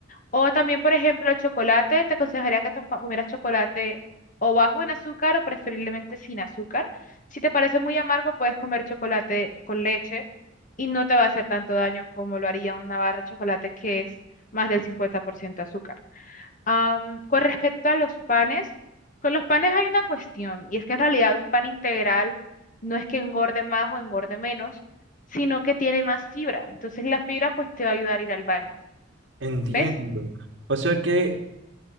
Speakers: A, on the left (about 40°); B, on the right (about 65°).
A: O también, por ejemplo, el chocolate, te aconsejaría que te comieras chocolate o bajo en azúcar o preferiblemente sin azúcar si te parece muy amargo, puedes comer chocolate con leche y no te va a hacer tanto daño como lo haría una barra de chocolate que es más del 50% azúcar. Am, con respecto a los panes, con los panes hay una cuestión y es que en realidad un pan integral no es que engorde más o engorde menos, sino que tiene más fibra. Entonces la fibra pues te va a ayudar a ir al baño.
B: Entiendo.
A: ¿Ves?
B: O sea que